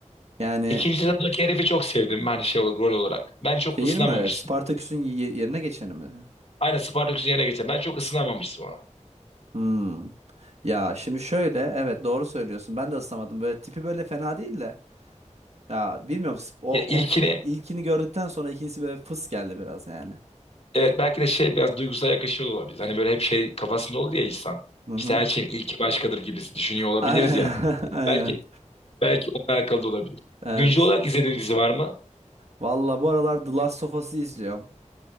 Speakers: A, on the right (about 60°); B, on the left (about 55°).
A: yani
B: İkinci sezondaki herifi çok sevdim ben şey olarak, rol olarak. Ben çok
A: şeyin
B: ısınamamıştım.
A: mi? Spartaküs'ün ye- yerine geçeni mi?
B: Aynı Spartacus'un yerine geçen. Ben çok ısınamamıştım ona.
A: Hmm. Ya şimdi şöyle evet doğru söylüyorsun. Ben de ıslamadım. Böyle tipi böyle fena değil de. Ya bilmiyorum sp- o,
B: Ya ilkini
A: o ilkini gördükten sonra ikincisi böyle fıs geldi biraz yani.
B: evet belki de şey biraz duygusal yakışıyor da olabilir. Hani böyle hep şey kafasında olur ya insan.
A: Hı hı.
B: İşte her şeyin ilki başkadır gibisi düşünüyor olabiliriz
A: Aynen.
B: ya.
A: <laughs> Aynen.
B: Belki belki onunla alakalı da olabilir.
A: Evet.
B: Güncel olarak izlediğin dizi var mı?
A: Valla bu aralar The Last of Us'ı izliyorum.